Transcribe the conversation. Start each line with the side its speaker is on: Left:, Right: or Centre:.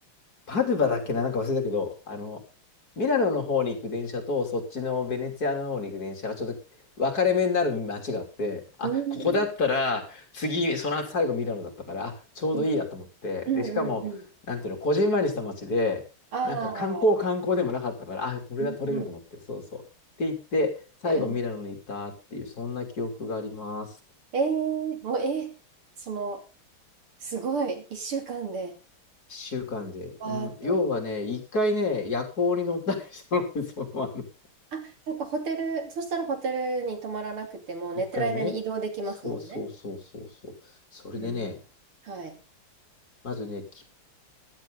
Left: パドゥバだっけな、なんか忘れたけど、あの、ミラノの方に行く電車と、そっちのベネツィアの方に行く電車がちょっと分かれ目になる街があって、あ、
Right: うーん。
Left: ここだったら、次、その後最後ミラノだったから、あ、ちょうどいいやと思って、
Right: うん。うん。
Left: で、しかも、
Right: うん。
Left: なんていうの、こじんまりした街で、
Right: ああ
Left: なんか観光観光でもなかったから、あ、これは取れると思って、
Right: うん。うん。
Left: そうそう。って言って、最後ミラノに行ったっていう、
Right: でうん
Left: そんな記憶があります。
Right: えー、もう、えー、その、すごい、一週間で。
Left: 一週間で。
Right: あと、
Left: うん、要はね、一回ね、夜行に乗ったりしたのでその、あの
Right: あ、そっか、ホテル、そしたらホテルに泊まらなくても、寝てる間に移動できますもんね。
Left: 一回ね。そうそうそうそうそう。それでね、
Right: うん。はい。
Left: まずね、き